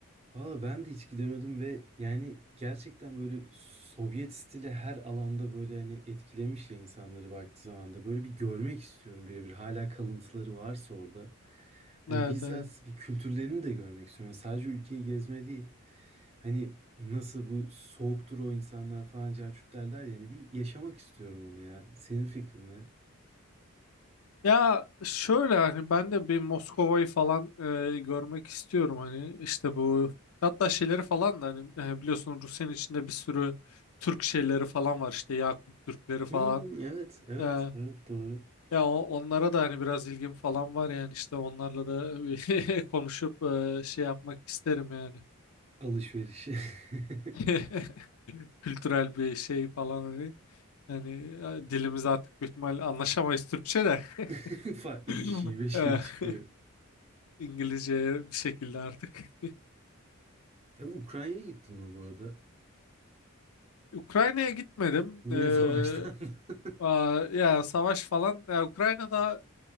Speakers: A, on the right (about 30°); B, on the left (about 80°).
A: Valla ben de hiç gidemedim ve yani gerçekten böyle Sovyet stili her alanda böyle hani etkilemiş ya insanları baktığı zamanda. Böyle bir görmek istiyorum birebir. Hala kalıntıları varsa orada. Hani
B: Evet
A: bizzat
B: evet.
A: bir kültürlerini de görmek istiyorum. Yani sadece ülkeyi gezme değil. Hani nasıl bu soğuktur o insanlar falan cahçut derler yani bir yaşamak istiyorum onu ya. Senin fikrin ne?
B: Ya şöyle hani ben de bir Moskova'yı falan e, görmek istiyorum hani işte bu hatta şeyleri falan da hani e, biliyorsun Rusya'nın içinde bir sürü Türk şeyleri falan var işte Yakut Türkleri
A: Hmm,
B: falan.
A: evet, evet,
B: E,
A: evet doğru.
B: ya o- onlara da hani biraz ilgim falan var yani işte onlarla da <laughs> konuşup e, şey yapmak isterim yani.
A: Alışveriş. <laughs>
B: <laughs> kültürel bir şey falan hani. Yani ya, dilimiz artık büyük ihtimal anlaşamayız Türkçe de.
A: <laughs> Farklı
B: <laughs>
A: bir şive şey
B: Eh,
A: çıkıyor.
B: <laughs> İngilizceye bir şekilde artık.
A: Abi Ukrayna'ya gittin mi bu arada?
B: Ukrayna'ya gitmedim.
A: Yine
B: Ee,
A: savaştan. <laughs>
B: aa, ya savaş falan. Ya, Ukrayna'da